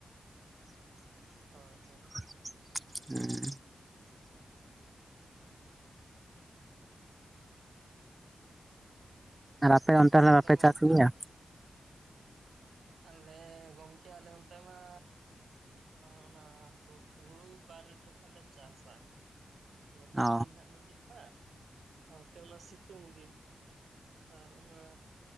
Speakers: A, on the right; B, on the right.
A: <inaudible>
B: ᱦᱳᱭ ᱦᱳᱭ᱾
A: <unintelligible> ᱟᱨ ᱟᱯᱮ ᱚᱱᱛᱮ ᱞᱮ
B: ᱟᱫᱚ
A: ᱵᱟᱯᱮ
B: ᱜᱚᱢᱠᱮ
A: ᱪᱟᱥ ᱜᱮᱭᱟ
B: <inaudible> ᱟᱞᱮ ᱜᱚᱢᱠᱮ ᱟᱞᱮ ᱚᱱᱛᱮ ᱢᱟ ᱚᱱᱟ ᱦᱩᱲᱩ ᱵᱟᱨ ᱡᱚᱠᱷᱚᱱ ᱞᱮ ᱪᱟᱥᱟ᱾ ᱱᱮᱛᱟᱨ
A: ᱚ
B: ᱫᱤᱱ ᱦᱟᱸᱜ ᱢᱤᱫ ᱡᱚᱠᱷᱟ ᱥᱟᱶᱛᱮ ᱚᱱᱛᱮ ᱚᱱᱟ ᱥᱤᱛᱩᱝ ᱫᱤᱱ ᱟᱨ ᱚᱱᱟᱻᱻ